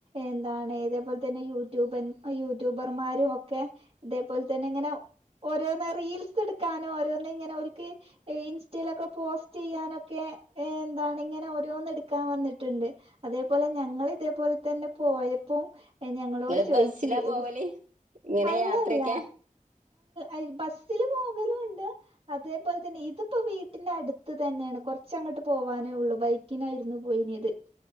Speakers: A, on the right; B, on the right.
A: എന്താണ് ഇതേപോലെ തന്നെ യൂ യൂബ യൂട്യൂബർമാരും ഒക്കെ ഇതേപോലെ തന്നെ ഇങ്ങനെ ഓരോന്ന് റീൽസ് എടുക്കാനോ ഓരോന്ന് ഇങ്ങനെ ഓര്ക്ക് ഇൻസ്റ്റയിലൊക്കെ പോസ്റ്റ് റ്റ് ചെയ്യാനൊക്കെ എന്താണ് ഇങ്ങനെ ഓരോന്ന് എടുക്കാൻ വന്നിട്ടുണ്ട്. അതേപോലെ ഞങ്ങള് ഇതേപോലെ തന്നെ പോയപ്പോ ഞങ്ങളോട്
B: നിങ്ങള്
A: ചോയിച്ച്
B: ബസ്സിലാ പോവല്
A: ഇത്
B: ഇങ്ങനെ
A: അല്ലല്ല
B: യാത്രയൊക്കെ
A: എൽ ബസ്സില് പോകലുണ്ട് അതേപോലെ തന്നെ ഇതിപ്പോ വീട്ടിന്റെ അടുത്ത് തന്നെയാണ് കുറച്ചങ്ങോട്ട് പോവാനേ ഉള്ളു ബൈക്കിനായിരുന്നു പോയിനത്. <inaudible>